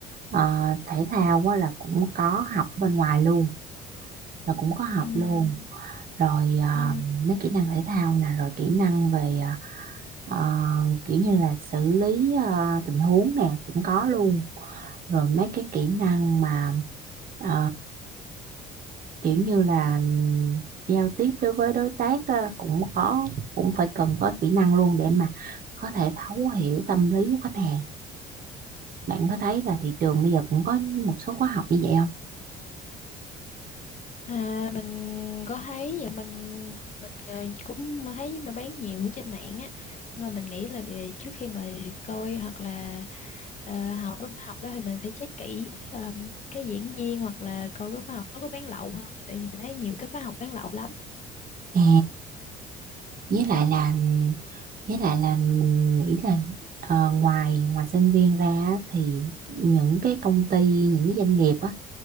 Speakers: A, on the right; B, on the left.
A: ờ, thể thao á là cũng có học bên ngoài luôn là cũng có học
B: ừ
A: luôn rồi à,
B: ừ
A: mấy kỹ năng thể thao nè rồi kỹ năng về à, ờ, kiểu như là xử lý ờ, tình huống nè cũng có luôn rồi mấy cái kỹ năng mà ờ, kiểu như là giao tiếp đối với đối tác á, cũng có cũng phải cần có kỹ năng luôn để mà có thể thấu hiểu tâm lý của khách hàng bạn có thấy là thị trường bây giờ cũng có một số khóa học như vậy không
B: À, mình có thấy vậy mình mình ờ, cũng thấy mà bán nhiều ở trên mạng á nhưng mà mình nghĩ là ờ, trước khi mà coi hoặc là ờ, học lớp học đó thì mình phải check kỹ ờ, cái diễn viên hoặc là coi cái khóa học nó có bán lậu không tại vì mình thấy nhiều cái khóa học bán lậu lắm
A: à với lại là với lại là mình nghĩ là ờ, ngoài ngoài sinh viên ra á, thì những cái công ty những cái doanh nghiệp á